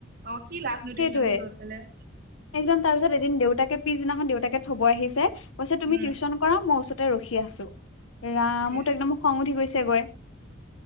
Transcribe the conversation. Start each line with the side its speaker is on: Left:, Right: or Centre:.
Right: অ' কি লাভনো
Left: সেইটোৱে
Right: টিউশ্যন টো লৈ পেলাই।
Left: একদম তাৰ পিছত এদিন দেউতাকে পিছদিনাখন দেউতাকে থ'ব আহিছে কৈছে তুমি
Right: উম
Left: টিউশ্যন কৰা মই ওচতে ৰখি আছো, ৰাম
Right: তাকে
Left: মোৰতো একদম খং উঠি গৈছেগৈ